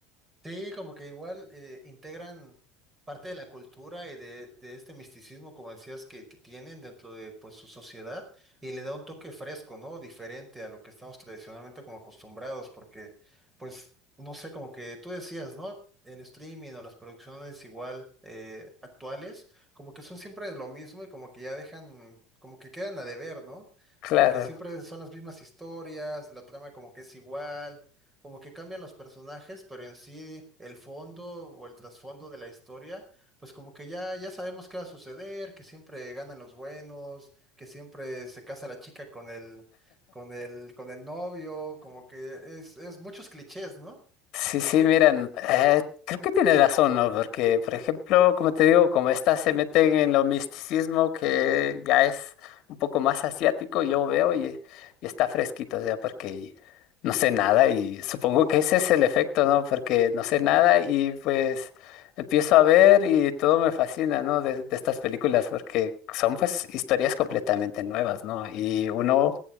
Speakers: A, on the right; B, on the left.
A: Sí, como que igual eh, integran parte de la cultura y de, de este misticismo, como decías, que, que tienen dentro de pues su sociedad y le da un toque fresco, ¿no? Diferente a lo que estamos tradicionalmente como acostumbrados, porque pues, no sé, como que tú decías, ¿no? El streaming o las producciones igual eh, actuales, como que son siempre lo mismo y como que ya dejan, como que quedan a deber, ¿no?
B: Claro.
A: Como que siempre son las mismas historias, la trama como que es igual como que cambian los personajes, pero en sí el fondo o el trasfondo de la historia, pues como que ya, ya sabemos qué va a suceder, que siempre ganan los buenos, que siempre se casa la chica con el, con el, con el novio, como que es, es muchos clichés, ¿no?
B: Sí, sí, miren, eh, creo que tienes razón, ¿no? Porque, por ejemplo, como te digo, como estas se meten en lo misticismo que ya es un poco más asiático, yo veo y, y está fresquito, o sea, porque no sé nada y supongo que ese es el efecto, ¿no? Porque no sé nada y pues empiezo a ver y todo me fascina, ¿no? De, de estas películas, porque son pues historias completamente nuevas, ¿no? Y uno